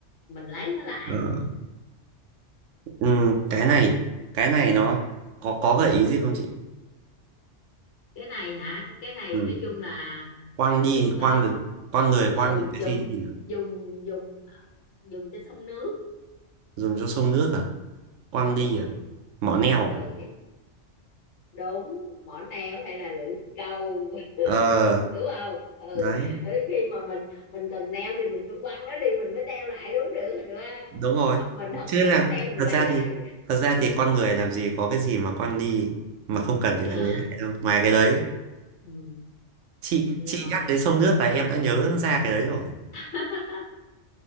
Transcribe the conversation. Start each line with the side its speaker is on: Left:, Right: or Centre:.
Left: mình lấy nó lại
Right: ờ, ừ, cái này cái này nó có có gợi ý gì không chị
Left: cái này hả cái này
Right: ừ.
Left: nói chung là
Right: quăng đi
Left: cũng có
Right: quăng được con người quăng
Left: ừ
Right: được cái
Left: dùng
Right: gì đi nhỉ?
Left: dùng dùng à, dùng cho xong nước
Right: dùng cho sông nước à quăng
Left: đúng
Right: đi
Left: rồi
Right: à mỏ neo
Left: ừ
Right: à
Left: cái đúng mỏ neo hay là lưỡi câu
Right: ờ
Left: <laughs> đúng không ừ
Right: đấy
Left: Ừ, khi mà mình mình cần neo thì mình phải quăng nó đi mình mới neo lại đúng được được
Right: đúng
Left: không
Right: rồi
Left: Ờ, mình không
Right: chứ là
Left: không neo mình
Right: thật
Left: lấy
Right: ra
Left: lại
Right: thì thật ra thì con người làm gì có cái gì mà quăng đi mà không cần thì lại
Left: à,
Right: lấy lại đâu ngoài cái đấy
Left: ừ,
Right: chị
Left: rồi
Right: chị nhắc đến sông nước là em đã nhớ ra cái đấy rồi
Left: <laughs>